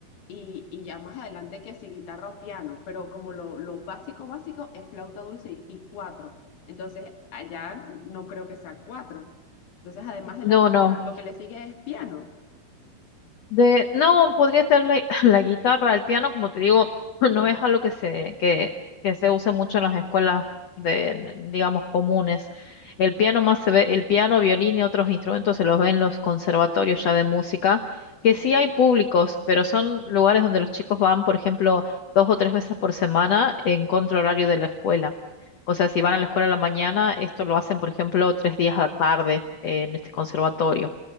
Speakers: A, on the left; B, on the left.
A: y, y ya más adelante que si guitarra o piano, pero como lo, lo básico, básico es flauta dulce y, y cuatro, entonces allá no creo que sea cuatro. Entonces, además de
B: No,
A: la flauta,
B: no.
A: lo que le sigue es piano.
B: De, no, podría ser la, <clears throat> la guitarra, el piano, como te digo, <clears throat> no
A: Ya,
B: es algo que se, que, que se use mucho en las escuelas de, digamos, comunes. El
A: ya,
B: piano más se ve, el piano, violín y otros instrumentos se los ven en los conservatorios ya de música,
A: ya,
B: que sí hay públicos, pero son lugares donde los chicos van, por ejemplo, dos o tres veces por semana en contra horario de la escuela. O sea, si van a la escuela a la mañana, esto lo hacen, por ejemplo, tres días a la tarde eh, en este conservatorio.